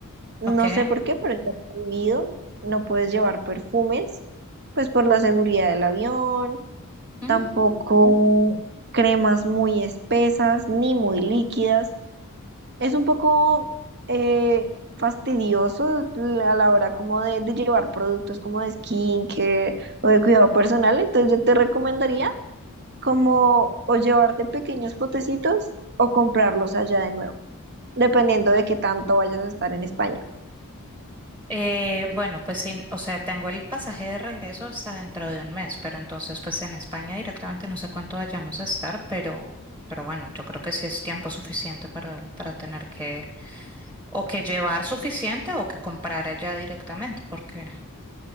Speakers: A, on the right; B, on the right.
A: No
B: Ok.
A: sé por qué, pero está prohibido. No puedes llevar perfumes, pues por la seguridad del avión.
B: Mm,
A: Tampoco cremas muy espesas ni muy líquidas. Es un poco eh, fastidioso a la hora como de, de llevar productos como de skincare o de cuidado personal. Entonces yo te recomendaría como o llevarte pequeños potecitos o comprarlos allá de nuevo, dependiendo de qué tanto vayas a estar en España.
B: eh, bueno, pues sí, o sea, tengo el pasaje de regreso hasta dentro de un mes, pero entonces pues en España directamente no sé cuánto vayamos a estar, pero, pero bueno, yo creo que sí es tiempo suficiente para, para tener que o que llevar suficiente o que comprar allá directamente, porque